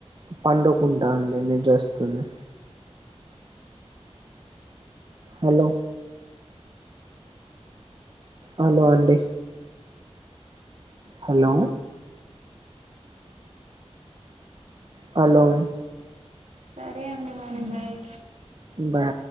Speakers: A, on the right (about 40°); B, on the right (about 75°).
A: పడుకుంటా అండి నిద్రస్తుంది హలో హలో అండి హలో పలం
B: సరే అండి మరి బాయ
A: బా